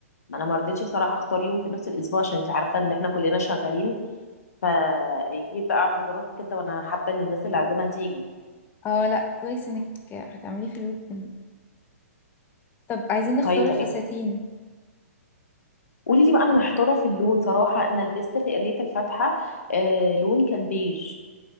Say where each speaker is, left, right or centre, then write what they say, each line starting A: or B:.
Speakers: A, on the left; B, on the left.
A: ما انا ما رضيتش صراحه اختار يوم في نص الاسبوع عشان انت عارفه ان احنا كلنا شغالين فيجيب بقى اعتذارات وكده وانا حابه ان الناس اللي عازمها تيجي
B: اه لا كويس انك هتعمليه في الويك اند طب عايزين نختار
A: طيب تمام
B: الفساتين
A: قولي لي بقى انا محتاره في اللون صراحه انا لبست في قرايه الفاتحه آه لون كان بيج